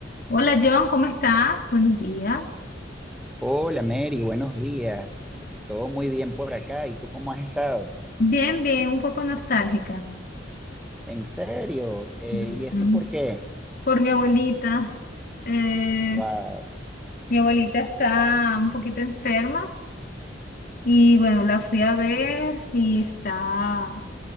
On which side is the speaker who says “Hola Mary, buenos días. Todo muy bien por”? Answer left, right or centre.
Centre